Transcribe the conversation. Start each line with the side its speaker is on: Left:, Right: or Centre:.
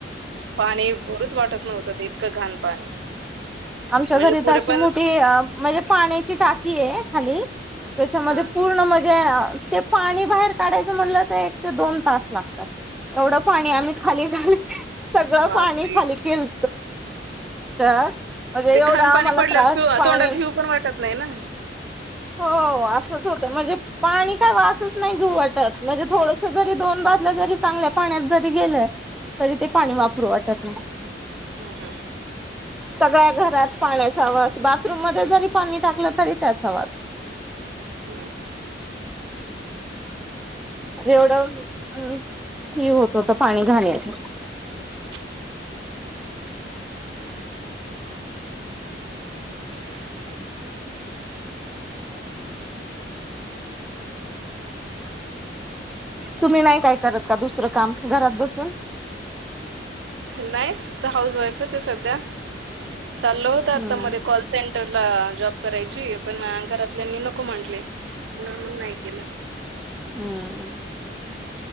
Right: पाणी भरून वाटत नव्हतं इतका घाण पाणी.
Centre: आमच्या
Right: म्हणजे
Centre: घरी
Right: पुरे
Centre: तर अशी
Right: पण
Centre: मोठी म्हणजे पाण्याची टाकी आहे खाली. त्याच्यामध्ये
Right: हा
Centre: पूर्ण म्हणजे ते पाणी बाहेर काढायचं म्हणलं तर एक ते दोन तास लागतात. एवढं पाणी आम्ही खाली घाली सगळं
Right: बापरे
Centre: पाणी खाली केल <unintelligible> म्हणजे
Right: ते
Centre: एवढा
Right: घाण पाणी
Centre: आमला
Right: पडल्यावर
Centre: त्रास
Right: पिऊ
Centre: पाणी.
Right: तोंडात घेऊ पण वाटत नाही ना हं,
Centre: हो असंच होतं म्हणजे पाणी काय वा असंच नाही घेऊ वाटत. म्हणजे थोडस जरी दोन बाजलं जरी चांगलं पाण्यात जरी गेलं तरी ते पाणी वापरू वाटत नाही.
Right: हम्म हम्म.
Centre: सगळ्या घरात पाण्याचा वास बाथरूम मध्ये जरी पाणी टाकलं तरी त्याचा वास.
Right: हम्.
Centre: एवढं अम् ही होत होत पाणी घाण्याची
Right: <inaudible> <inaudible>
Centre: तुम्ही नाही काय करत का दुसरं काम घरात बसून?
Right: नाही तर हाऊस वाईफच आहे सध्या चाललं होत आता
Centre: हम्म.
Right: मध्ये कॉल सेंन टरला जॉब करायची पण घरातल्यानी नको म्हटले. म्हणून नाही केलं.
Centre: हम्मम.